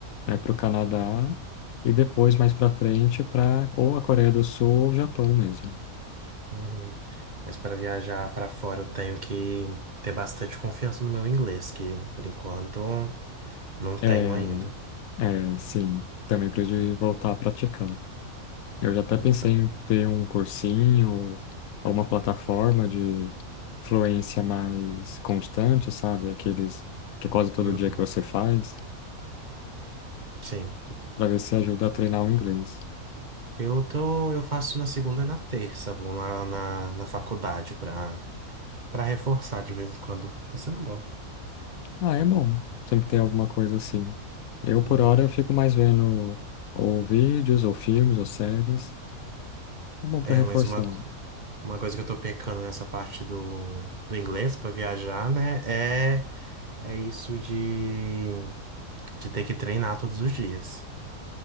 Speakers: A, on the left; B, on the right.
A: né para o Canadá e depois mais para frente para ou a Coreia do Sul ou o Japão mesmo.
B: uhum. Mas para viajar para fora eu tenho que ter bastante confiança no meu inglês, que por enquanto não tenho
A: É,
B: ainda.
A: é, sim, também preciso voltar a praticar. Eu já até
B: Então,
A: pensei em ver um cursinho ou uma plataforma de fluência mais constante, sabe? Aqueles que é quase todo
B: uhum,
A: dia que você faz,
B: sim.
A: para ver se ajuda a treinar o inglês.
B: Eu tô, eu faço na segunda e na terça, vou lá na, na faculdade para para reforçar de vez em quando. Tá sendo bom.
A: Ah, é bom. Sempre tem alguma coisa assim. Eu, por
B: Uhum.
A: hora, fico mais vendo ou vídeos, ou filmes, ou séries. É bom para
B: É,
A: reforçar.
B: mas uma, co- uma coisa que eu tô pecando nessa parte do, do inglês pra viajar, né? É, é isso de, de ter que treinar todos os dias.